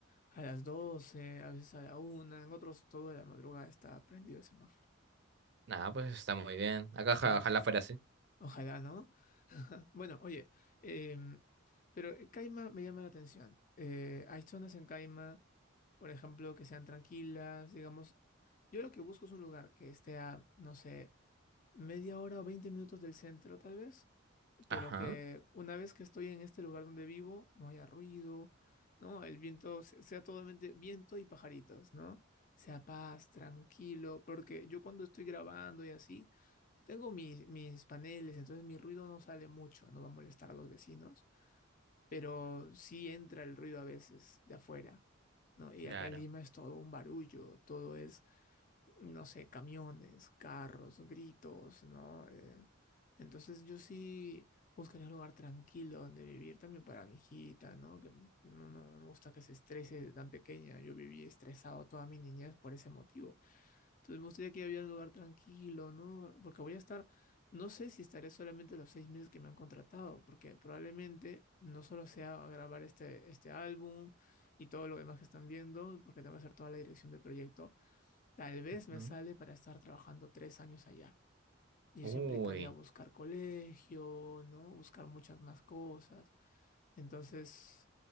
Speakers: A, on the left; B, on the right.
A: a las doce a veces a la una en otros toda la madrugada está prendido el semáforo.
B: nada, pues está muy bien. Acá
A: Sí,
B: oja- ojalá
A: sí.
B: fuera así.
A: Ojalá, ¿no? <laughs> Bueno, oye, em, pero eh, Caima me llama la atención. Eh, hay zonas en Caima, por ejemplo, que sean tranquilas, digamos. Yo lo que busco es un lugar que esté a, no sé, media hora o 20 minutos del centro, tal vez. pero
B: Ajá,
A: que una vez que estoy en este lugar donde vivo, no haya ruido, ¿no? El viento se- sea totalmente viento y pajaritos, ¿no? Sea paz, tranquilo, porque yo cuando estoy grabando y así, tengo mis, mis paneles, entonces mi ruido no sale mucho, no va a molestar a los vecinos, pero sí entra el ruido a veces de afuera, ¿no? Y
B: claro.
A: acá en Lima es todo un barullo, todo es no sé, camiones, carros, gritos, ¿no? Eh, entonces yo sí buscaría un lugar tranquilo donde vivir también para mi hijita, ¿no? Que no, no no me gusta que se estrese de tan pequeña. Yo viví estresado toda mi niñez por ese motivo. Entonces me gustaría que había un lugar tranquilo, ¿no? Porque voy a estar, no sé si estaré solamente los seis meses que me han contratado, porque probablemente no solo sea grabar este, este álbum y todo lo demás que están viendo, porque tengo que hacer toda la dirección del proyecto Tal vez me
B: Mm.
A: sale para estar trabajando tres años allá. Y eso
B: Uy.
A: implicaría buscar colegio, ¿no? Buscar muchas más cosas. Entonces,